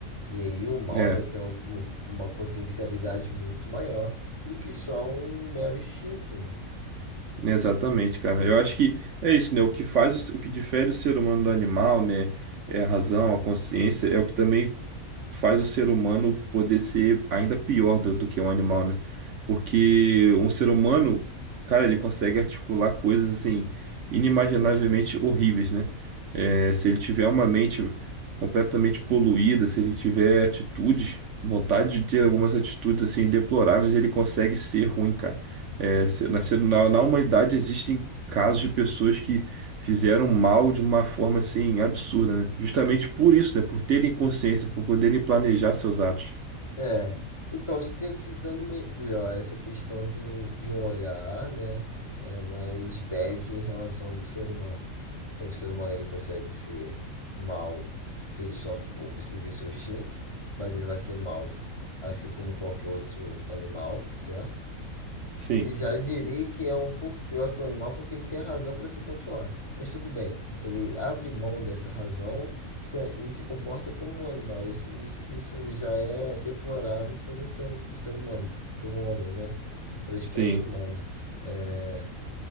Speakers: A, on the left (about 30°); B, on the right (about 60°).
A: E aí o mal
B: É,
A: vai ter um- uma potencialidade muito maior do que só um mero instinto, né?
B: exatamente, cara. Eu acho que é isso, né? O que faz o, o que difere o ser humano do animal, né? É a razão, a consciência, é o que também faz o ser humano poder ser ainda pior do, do que um animal, né? Porque um ser humano, cara, ele consegue articular coisas assim inimaginavelmente horríveis, né? É, se ele tiver uma mente completamente poluída, se ele tiver atitudes, vontade de ter algumas atitudes assim deploráveis, ele consegue ser ruim, cara. É, se- na, ser- na na humanidade existem casos de pessoas que fizeram mal de uma forma assim absurda, né? Justamente por isso, né? Por terem consciência, por poderem planejar seus atos.
A: É, então sintetizando melhor essa questão do, de um olhar, né, é mais bad em relação do ser humano. É, o ser humano ele consegue ser mal se ele só for seguir seu instinto, mas ele vai ser mal, assim como qualquer outro animal, certo?
B: Sim,
A: Já direi que é um pouco pior que o animal porque ele tem a razão para se controlar. Mas tudo bem, ele abre mão dessa razão e se- e se comporta como um animal. Isso, isso, isso já é deplorável por um ser, um ser humano, para um homem, né? Para a espécie
B: sim,
A: humana. É,